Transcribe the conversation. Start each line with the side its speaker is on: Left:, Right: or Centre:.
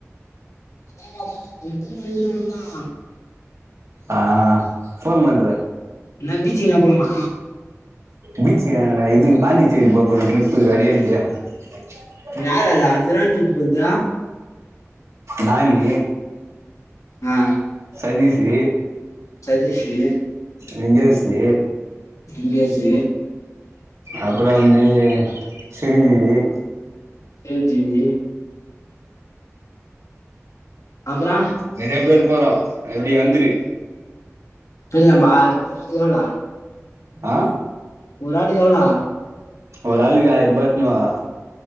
Left: <inaudible>
Right: ஆ ஃபோன் பண்ற
Left: என்ன பீச்சி எங்ன போலமா
Right: பீச்ச வேனாடா இது பாண்டிச்சேரி போறோ ட்ரிப்பு வரியா இல்லியா <inaudible>
Left: யார் வர <unintelligible> ட்ரிப்க்கு வந்த
Right: நானி
Left: ஆ
Right: சதீஸ்ஸு
Left: சதீஸ்ஸு
Right: லிங்கெஸ்ஸு
Left: லிங்கெஸ்ஸு
Right: அப்பறோ வந்து சிருஞ்சிவி
Left: சிருஞ்சிவி அப்பறோ
Right: நெறைய பேரு போறோ எப்டி வந்துரு
Left: போய்லாபா ஒரு ஆளுக்கு எவ்ளோ
Right: ஆ
Left: ஆளுக்கு எவ்வளோ
Right: ஒரு ஆளுக்கு ஆயிர்பா எடுத்துனுவா